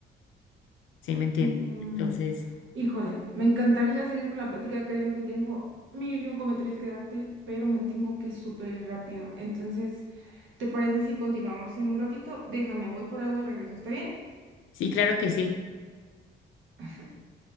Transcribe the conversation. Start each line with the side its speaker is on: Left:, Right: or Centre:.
Left: ¿sí me entiendes?
Right: Em,
Left: Entonces...
Right: híjole, me encantaría seguir con la plática, créeme que tengo mil y un comentarios que darte, pero me tengo que súper ir rápido. Entonces, ¿te parece si continuamos en un ratito? Déjame, voy por agua y regreso, ¿está bien?
Left: Sí, claro que sí.
Right: <laughs>